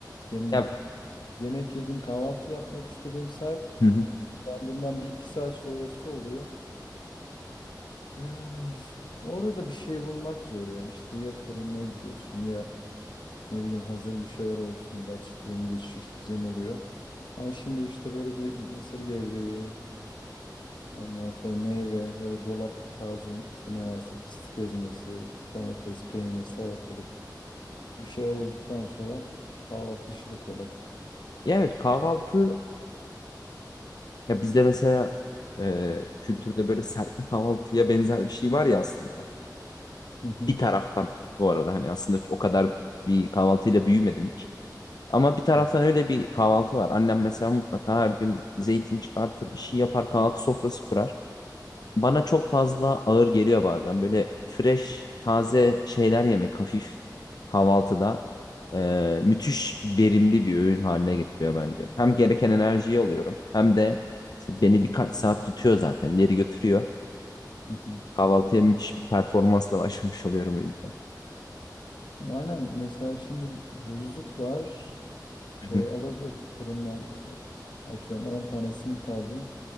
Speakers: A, on the left; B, on the left.
A: Yem,
B: Ya,
A: yemek yediğim kahvaltı yapmak istediğim saat
B: hı hı.
A: uyandığımdan bir iki saat sonrası oluyor. Öf, orada da bir şey bulmak zor ya. İşte ya fırına gidiyorsun ya ne bileyim hazır bir şeyler olsun hadi atıştırayım geçiştireyim oluyor. Ama şimdi işte böyle bir mısır gevreği Ondan sonra meyve ya da dolapta taze işte ne varsa fıstık ezmesi, domates, peynir, salatalık bir şeyler olduktan sonra kahvaltı işi de kolay.
B: Ya evet kahvaltı ya bizde mesela e, kültürde böyle serpme kahvaltıya benzer bir şey var ya aslında.
A: Hı hı,
B: bir taraftan bu arada hani aslında o kadar bir kahvaltıyla büyümedim hiç. Ama bir taraftan
A: hı
B: öyle bir kahvaltı var. Annem mesela mutlaka her gün zeytin çıkartır, bir şey yapar, kahvaltı sofrası kurar. Bana çok fazla ağır geliyor bazen. Böyle fresh, taze şeyler yemek hafif kahvaltıda e, müthiş verimli bir öğün haline getiriyor bence. Hem gereken enerjiyi alıyorum hem de işte beni birkaç saat tutuyor zaten ileri götürüyor.
A: hı, hı.
B: Kahvaltıya müthiş bir performansla <laughs> başlamış oluyorum o yüzden.
A: Aynen mesela şimdi buzluk var. Şey
B: Hı hı.
A: alabiliriz fırından işte atıyorum 10 tane simit aldın.